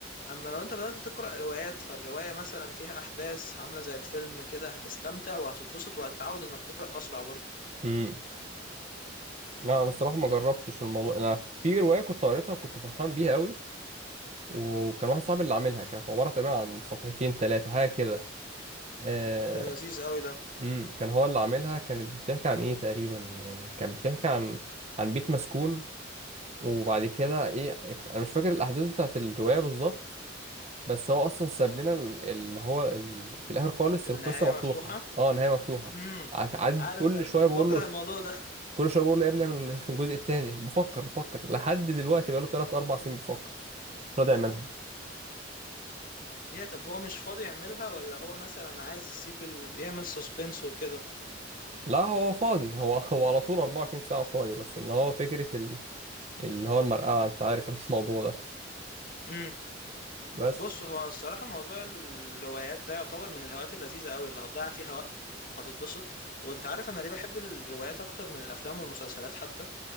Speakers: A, on the left; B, on the right.
A: اما لو انت بدأت تقرأ روايات فالرواية مثلا فيها احداث عاملة زي الفيلم كده هتستمتع وهتتبسط وهتتعود انك تقرأ اسرع برضو
B: امم لا أنا الصراحة ما جربتش الموضوع أنا في رواية كنت قريتها وكنت فرحان بيها أوي وكان واحد صاحبي اللي عاملها كانت عبارة تقريبا عن صفحتين تلاتة حاجة كده آه،
A: ده لذيذ قوي ده
B: امم كان هو اللي عاملها كانت بتحكي عن إيه تقريبا يعني كانت بتحكي عن عن بيت مسكون وبعد كده إيه أنا مش فاكر الأحداث بتاعت الرواية بالظبط بس هو اصلا ساب لنا ال- اللي هو ال... في الاخر خالص
A: النهاية
B: القصه مفتوحه
A: مفتوحة
B: اه نهايه مفتوحه
A: امم
B: ع- قعد
A: عارف
B: كل
A: ال...
B: شويه
A: بكره
B: بقول له
A: الموضوع ده <laughs>
B: كل شويه بقول له يا ابني اعمل <laughs> الجزء الثاني بفكر بفكر لحد دلوقتي بقى له 3 4 سنين بيفكر مش راضي يعملها
A: يا طب هو مش فاضي يعملها ولا هو مثلا عايز يسيب ال... يعمل سسبنس وكده
B: لا هو فاضي هو <laughs> هو على طول 24 ساعه فاضي بس ان هو فكره ال... اللي هو المرقعه انت عارف الموضوع ده
A: امم
B: بس
A: بص هو الصراحه موضوع الروايات ده يعتبر من الهوايات اللذيذه قوي اللي هتضيع فيها وقت هتتبسط وانت عارف انا ليه بحب الروايات اكتر من الافلام والمسلسلات حتى